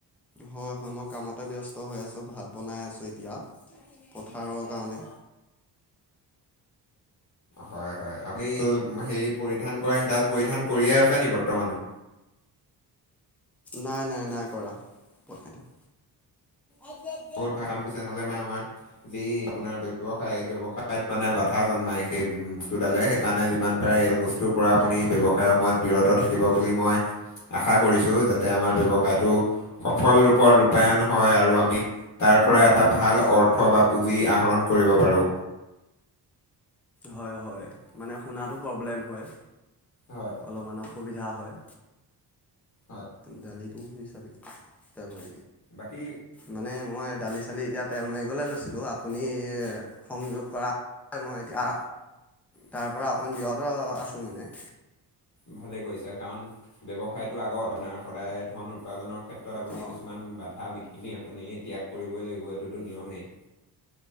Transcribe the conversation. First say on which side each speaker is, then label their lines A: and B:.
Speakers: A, in the centre; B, on the left (about 45°).
A: হয়, হয় মই কামতে ব্যস্ত হৈ আছোঁ ভাত বনাই আছোঁ এতিয়া পথাৰৰ কাৰণে
B: হয়, হয় আপুনি হেৰি পৰিধান কৰে সেইডাল পৰিধান কৰিয়ে আছে নেক বৰ্তমানো।
A: নাই, নাই নাই কৰা পঠাইটো। আগগা <unintelligible>
B: বহুত ভাল কাম কৰিছে নহ'লে মানে আমাৰ যি আপোনাৰ ব্যৱসায় ব্যয়ৱসায়ত মানে কথা জন্মায় সেই বস্তুডালে সেইকাৰণে যিমান পাৰে এই বস্তুৰ পৰা আপুনি
A: হয়
B: ব্যৱসায়ৰ
A: হয়
B: সময়ত বিৰত
A: বনাই
B: থাকিব
A: দিওঁ
B: বুলি মই আশা কৰিছোঁ যাতে আমাৰ ব্যৱসায়টো সফল ৰূপত ৰূপায়ন হয় আৰু আমি তাৰ পৰা এটা ভাল
A: হয়
B: অৰ্থ
A: হয়
B: বা পুঁজি আহৰণ কৰিব পাৰো।
A: হয়, হয় মানে শুনাতো প্ৰব্লেম হয়।
B: হয়।
A: অলপমান অসুবিধা হয়।
B: হয়।
A: দালিটো হিচাপি জাল মাৰি
B: বাকী
A: মানে মই দালি চালি এতিয়া তেল মাৰিবলৈ লৈছিলোঁ আপুনি সংযোগ কৰা মই এতিয়া তাৰ পৰা অকণ বিৰত আছোঁ মানে।
B: ভালে কৰিছে কাৰণ ব্যৱসায়তটো আগত আপোনাৰ সদায় ধন উপাৰ্জনৰ ক্ষেত্ৰত আপুনি
A: অঁ
B: কিছুমান বাধা বিঘিনি আপুনি এতিয়াক কৰিবই লাগিব এইটোতো নিয়মেই।